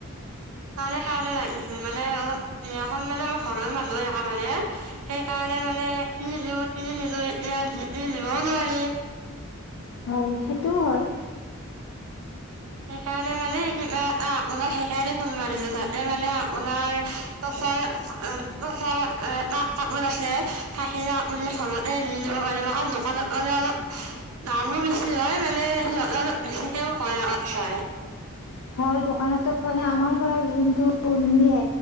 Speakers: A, on the right; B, on the left.
A: তাৰে কাৰণে লাগিছিল মানে অলপ বিয়াখন মানে আমাৰ ঘৰৰ মানুহে আহা মানে সেইকাৰণে মানে কি দিউ কি নিদিউ এতিয়া যি টি দিবও নোৱাৰি
B: হয় সেইটোও হয়
A: সেইকাৰণে মানে কিবা এটা আপোনাক সেইকাৰণে ফোন মাৰিলো তাতে মানে আপোনাৰ পইচাৰ পইচাৰ অহ তা তাকত আছে থাকিলে আপুনি ঘৰতে দি দিব কাৰণে অ দোকানত মানে অলপ দামো বেছি হয় মানে সিহঁত অলপ বেছিকেও কৈ <unintelligible>
B: হয় দোকানতো মানে আমাৰ পৰা যোনটো নিয়ে